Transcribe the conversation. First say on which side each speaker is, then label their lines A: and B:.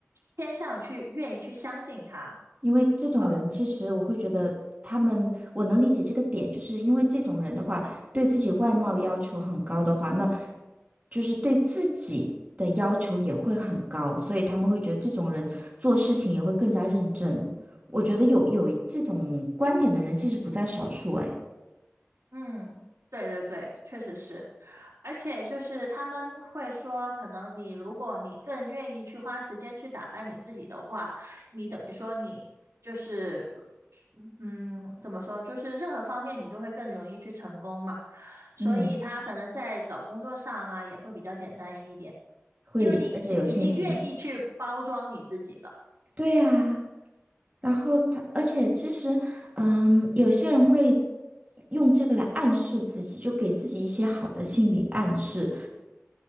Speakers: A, on the right (about 80°); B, on the right (about 30°).
A: 偏向去愿意去相信他。
B: 因为这种人，
A: 呃，
B: 其实我会觉得他们，我能理解这个点，就是因为这种人的话，对自己外貌要求很高的话，那就是对自己的要求也会很高，所以他们会觉得这种人做事情也会更加认真。我觉得有有这种观点的人其实不在少数，哎，
A: 嗯，对对对，确实是，而且就是他们会说，可能你如果你更愿意去花时间去打扮你自己的话，你等于说你就是嗯，怎么说，就是任何方面你都会更容易去成功嘛。所以他可能在找工作上啊也会比较简单一点，
B: 嗯，会，
A: 因为你你已经愿意去包装你自己了。
B: 而且有信心。对呀。然后他，而且其实，嗯，有些人会用这个来暗示自己，就给自己一些好的心理暗示，